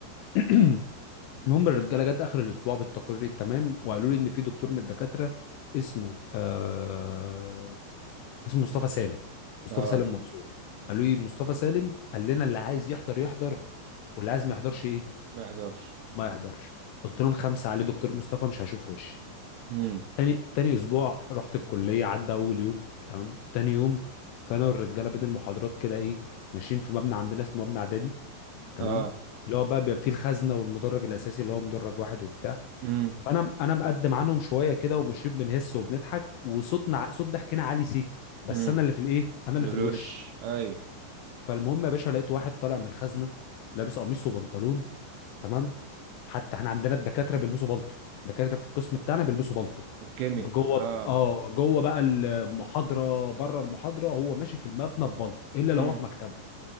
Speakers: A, on the left; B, on the right.
A: <clears throat> المهم الرجاله جت اخر الاسبوع بالتقرير التمام وقالوا لي ان في دكتور من الدكاتره اسمه آه اسمه مصطفى سالم مصطفى
B: اه
A: سالم منصور قالوا لي مصطفى سالم قال لنا اللي عايز يحضر يحضر واللي عايز ما يحضرش ايه
B: ما يحضرش
A: ما يحضرش قلت لهم خمسه عليه دكتور مصطفى مش هيشوف وشي
B: امم
A: تاني تاني اسبوع رحت الكليه عدى اول يوم تمام تاني يوم فانا والرجاله بين المحاضرات كده ايه ماشيين في مبنى عندنا اسمه مبنى اعدادي تمام
B: اه
A: اللي هو بقى بيبقى فيه الخزنه والمدرج الاساسي اللي هو مدرج واحد وبتاع
B: امم
A: فانا انا مقدم عنهم شويه كده وماشيين بنهس وبنضحك وصوتنا ع- صوت ضحكنا عالي سيك بس
B: امم
A: انا اللي في الايه انا اللي
B: الوش
A: في الوش
B: اي
A: فالمهم يا باشا لقيت واحد طالع من الخزنه لابس قميص وبنطلون تمام حتى احنا عندنا الدكاتره بيلبسوا بالطو الدكاتره في القسم بتاعنا بيلبسوا بالطو
B: الكيمياء
A: جوه
B: اه
A: اه جوه بقى المحاضره بره المحاضره هو ماشي في المبنى ببالطو الا لو
B: امم
A: هو في مكتبه